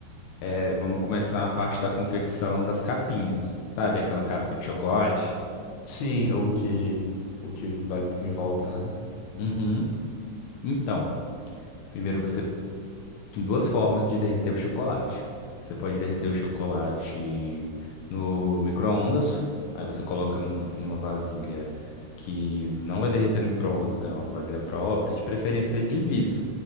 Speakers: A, on the left (about 85°); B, on the left (about 70°).
A: é, vamos começar a parte da confecção das capinhas. Sabe aquela casca de chocolate?
B: Sim, o que o que vai em volta, né?
A: Uhum. Então. Primeiro você Tem duas formas de derreter o chocolate. Você pode derreter o chocolate no micro-ondas, aí você coloca num- numa vasilha que não vai derreter no micro-ondas, né? É Uma vasilha própria, de preferência de vidro,